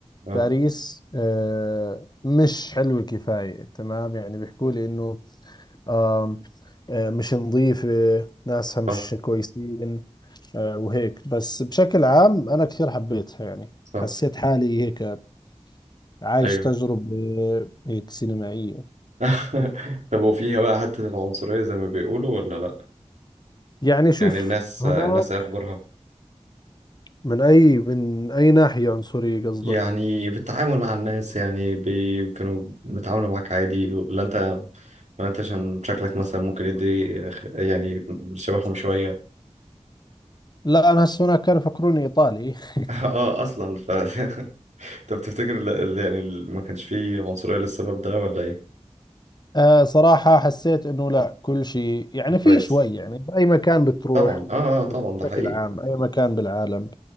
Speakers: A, on the right (about 80°); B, on the left (about 35°).
A: اه
B: باريس آه، مش حلوة كفاية تمام يعني بيحكوا لي إنه آم، آه، مش نظيفة ناسها مش
A: صح
B: كويسين آه، وهيك بس بشكل عام أنا كثير حبيتها يعني
A: صح
B: حسيت حالي هيك عايش
A: ايوه
B: تجربة هيك سينمائية
A: <laughs> طب وفيها بقى حتة العنصرية زي ما بيقولوا ولا لا؟
B: يعني شوف
A: يعني الناس
B: هناك
A: الناس ايه اخبارها
B: من أي من أي ناحية عنصرية قصدك؟
A: يعني في التعامل مع الناس يعني بي- كانوا بيتعاملوا معاك عادي ولا انت ولا انت عشان شكلك مثلا ممكن يدي خ- يعني شبههم شوية
B: لا أنا هسه هناك كانوا يفكروني إيطالي <laughs>
A: <laughs> اه اصلا ف <laughs> طب تفتكر ال- ال- يعني ال- ما كانش فيه عنصرية للسبب ده ولا ايه
B: آه صراحة حسيت انه لا كل شيء يعني
A: كويس
B: في شوي يعني بأي مكان بتروح
A: طبعا اه اه طبعا ده
B: بشكل
A: حقيقي
B: عام أي مكان بالعالم